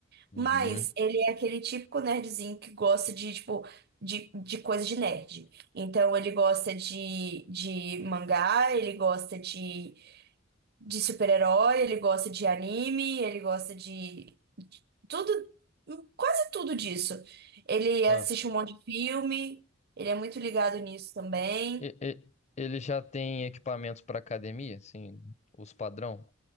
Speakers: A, on the left (about 35°); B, on the right (about 55°).
A: uhum.
B: Mas ele é aquele típico nerdzinho que gosta de, tipo, de, de coisa de nerd. Então ele gosta de, de mangá, ele gosta de, de super-herói, ele gosta de anime, ele gosta de, de tudo, quase tudo disso. Ele
A: Ah,
B: assiste um monte de filme, ele é muito ligado nisso também.
A: E- e- Ele já tem equipamentos para academia, assim, os padrão,